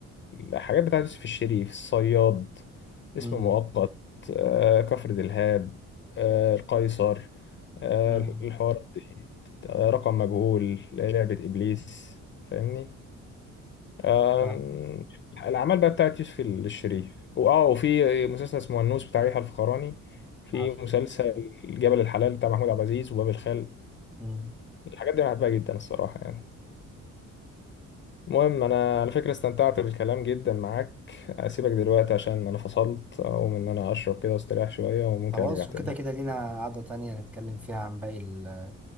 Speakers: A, on the left; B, in the centre.
A: الحاجات بتاعت يوسف الشريف الصياد اسم
B: مم.
A: مؤقت أه، كفر دلهاب أه، القيصر أه،
B: مم.
A: الحوار دي، أه، رقم مجهول لعبه ابليس فاهمني أم،
B: فاهم.
A: الأعمال بقى بتاعت يوسف الشريف وآه وفي مسلسل اسمه النوس بتاع يحيى الفخراني في
B: عارف.
A: مسلسل جبل الحلال بتاع محمود عبد العزيز وباب الخال
B: مم.
A: الحاجات دي أنا بحبها جدا الصراحة يعني المهم أنا على فكرة استمتعت بالكلام جدا معاك أسيبك دلوقتي عشان أنا فصلت أقوم إن أنا أشرب كده واستريح شوية وممكن
B: خلاص
A: أرجع تاني
B: وكده كده لينا قعدة تانية نتكلم فيها عن باقي ال